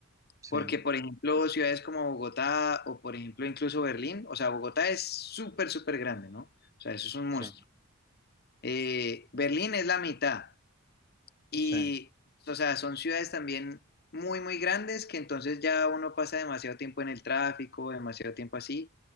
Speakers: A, on the right; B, on the left.
A: sí,
B: Porque, por ejemplo, ciudades como Bogotá o, por ejemplo, incluso Berlín, o sea, Bogotá es súper, súper grande, ¿no? O sea, eso es un monstruo.
A: sí,
B: Eh, Berlín es la mitad y,
A: sí,
B: o sea, son ciudades también muy, muy grandes que entonces ya uno pasa demasiado tiempo en el tráfico, demasiado tiempo así.